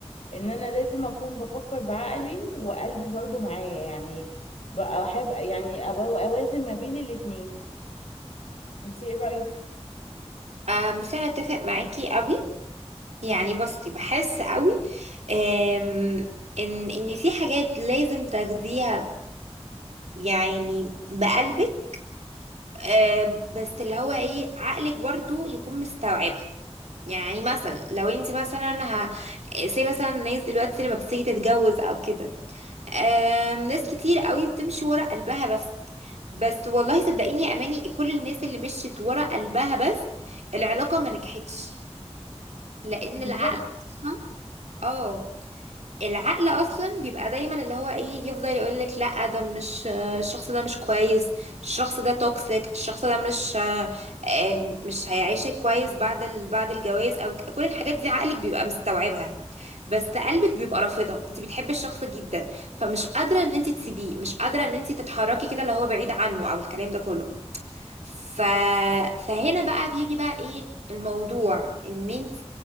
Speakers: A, on the left; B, on the right.
A: ان انا لازم اكون بفكر بعقلي وقلبي برضو معايا يعني بقى احب يعني أبقى اوازن ما بين الاتنين انتي ايه رأيك
B: أه بس انا اتفق معاكي قوي يعني بصي بحس قوي أم ان ان في حاجات لازم تاخديها يعني بقلبك أه بس اللي هو ايه عقلك برضو يكون مستوعبها يعني مثلا لو انت مثلا ه... زي مثلا الناس دلوقتي لما بتيجي تتجوز او كده آم، ناس كتير قوي بتمشي ورا قلبها بس بس والله صدقيني يا اماني كل الناس اللي مشيت ورا قلبها بس العلاقة ما نجحتش لان
A: بالظبط
B: العقل اصلا اه العقل اصلا بيبقى دايما اللي هو ايه يفضل يقول لك لا ده مش الشخص ده مش كويس الشخص ده توكسيك الشخص ده مش آه، مش هيعيشك كويس بعد ال... بعد الجواز او ك- كل الحاجات دي عقلك بيبقى مستوعبها بس قلبك بيبقى رافضها انت بتحبي الشخص جدا فمش قادره ان انت تسيبيه مش قادره ان انت تتحركي كده اللي هو بعيد عنه او الكلام ده كله ف... فهنا بقى بيجي بقى ايه الموضوع ان انت